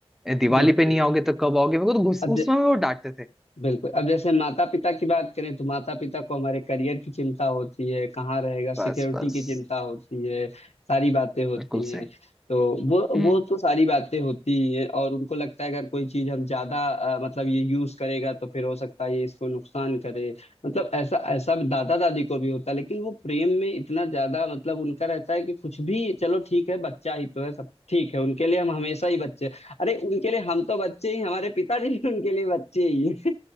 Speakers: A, in the centre; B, on the left.
A: ए, दिवाली
B: बिल्कुल
A: पे नहीं आओगे तो कब आओगे मेरे को तो गुस्सा
B: अब
A: उस
B: ज-
A: समय वो डांटते थे
B: बिल्कुल अब जैसे माता पिता की बात करें तो माता पिता को हमारे करियर की चिंता होती है कहाँ रहेगा सिक्योरिटी
A: बस बस
B: की चिंता होती है सारी बातें होती
A: बिल्कुल
B: हैं
A: सही
B: तो वो
A: हम्म
B: वो तो सारी बातें होती ही हैं और उनको लगता है अगर कोई चीज हम ज्यादा अ, मतलब ये यूज करेगा तो फिर हो सकता है ये इसको नुकसान करे मतलब ऐसा ऐसा दादा दादी को भी होता है लेकिन वो प्रेम में इतना ज्यादा मतलब उनका रहता है कि कुछ भी चलो ठीक है बच्चा ही तो है सब ठीक है उनके लिए हम हमेशा ही बच्चे अरे उनके लिए हम तो बच्चे ही हमारे पिताजी भी उनके लिए बच्चे ही